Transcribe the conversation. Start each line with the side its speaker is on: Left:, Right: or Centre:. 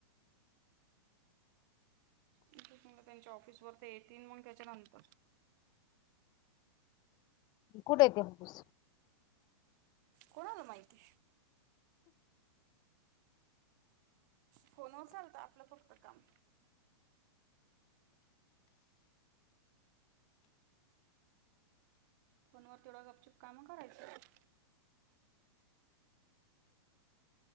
Right: त्यांच्या ऑफिस वर तर येतील मग त्याच्यानंतर
Left: कुठ ेते हापूस
Right: कोणाल माहिती. फोन उचलता आपलं फक्त काम. फोनवर तेवढं गपचुप कामं करायच.